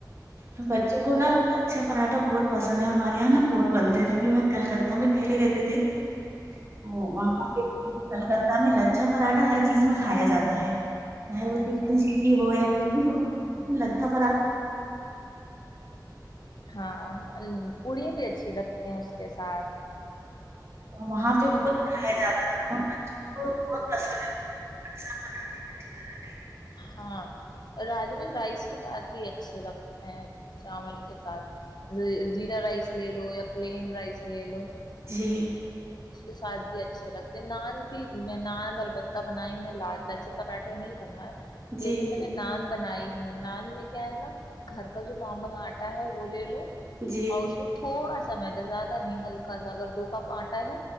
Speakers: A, on the right; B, on the left.
A: ج بچوں کو نا لچھا پراٹھا بہت پسند ہے ہمارے یہ بہت بنتے تھے ہم لوگ یہاں کلکتہ میں پہلے رہتے تھے ا وہاں پہ کلکتہ میں لچھ پراٹھا ہر چیز میں کھایا جاتا ہے چاہے
B: اچھا
A: وہ چکن
B: اچھا
A: چلی ہو یا کچھ بھی ہو پ لتا
B: ہاں پڑی بھی اچھی تھا یا کے ساتھ
A: اور وہاں پہ بہت دکھایا جاتا تھا تو وہ بچوں کو بہت پسند ہے تو اکثر بناتے پراھے
B: ہاں راجم رائس کے ساتھ بھی اچھے لگتے ا چاول کے ساتھ زیرہ رائس لے لو یا پلین رائس لے لو
A: جی
B: اس کے ساتھ بھی اچھے لگتے نان بھی میں نان ال پہ بنائی میں نے لا لاچی پراٹھے نہیں بنوائے
A: جی
B: لیکن میں نے نان بنائی یا نان میں کیا ہے نا گھر کا جو نارمل آٹا ہے وہ لے لو
A: جی
B: اور اس میں تھوڑا سا سمے تو زیادہ نہیں ہلکا س اگر دو کا پارٹ ا